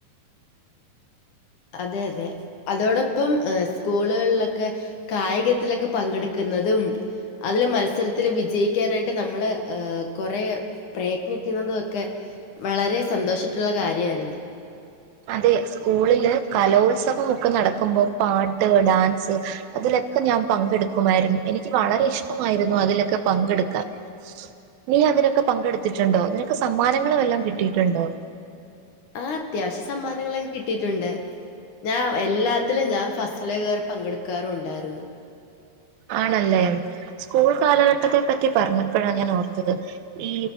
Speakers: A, on the left; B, on the right.
A: അതെ അതെ അതോടൊപ്പം ഏ സ്കൂളുകളിലൊക്കെ കായികത്തിലൊക്കെ പങ്കെടുക്കുന്നതും അതില് മത്സരത്തില് വിജയിക്കാനായിട്ട് നമ്മള് ഏഹ് കൊറെ പ്രയത്നിക്കുന്നതും ഒക്കെ വളരെ സന്തോഷിച്ചിട്ടുള്ള കാര്യായിരുന്നു.
B: അതെ സ്കൂളില് കലോത്സവം ഒക്കെ നടക്കുമ്പോ പാട്ട് ഡാൻസ് അതിലൊക്കെ ഞാൻ പങ്കെടുക്കുമായിരുന്നു എനിക്ക് വളരെ ഇഷ്ടമായിരുന്നു അതിലൊക്കെ പങ്കെടുക്കാൻ നീ അതിനൊക്കെ പങ്കെടുത്തിട്ടുണ്ടോ നിനക്ക് സമ്മാനങ്ങള് വല്ലോം കിട്ടിയിട്ടുണ്ടോ
A: ആഹ് അത്യാവശ്യ സമ്മാനങ്ങളൊക്കെ കിട്ടിയിട്ടുണ്ട് ഞാൻ എല്ലാത്തിലും ഞാൻ ഫസ്റ്റിലേ കയറി പങ്കെടുക്കാറും ഉണ്ടായിരുന്നു.
B: ആണല്ലേ സ്കൂൾ കാലഘട്ടത്തെ പറ്റി പറഞ്ഞപ്പോഴാ ഞാൻ ഓർത്തത്‌ ഈ